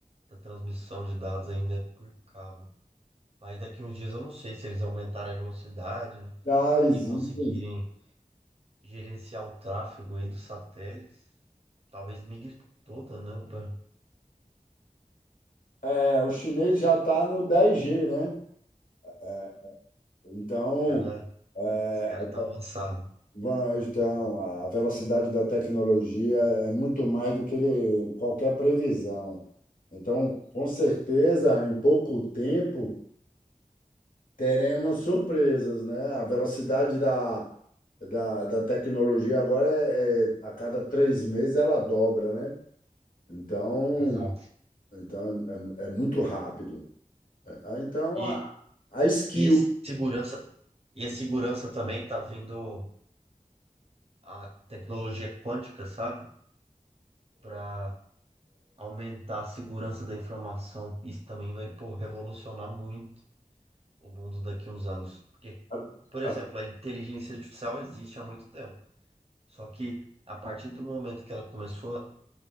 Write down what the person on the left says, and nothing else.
já existe
É, o chinês já está no 10G, né? É, Então,
é,
a-
te-
va- então, a velocidade da tecnologia é muito mais do que qualquer previsão. Então, com certeza, em pouco tempo, teremos surpresas, né? A velocidade da, da, da tecnologia agora é, é- a cada três meses ela dobra, né? Então,
então é, é é muito rápido. É, Então,
a, a skill.
A,
a-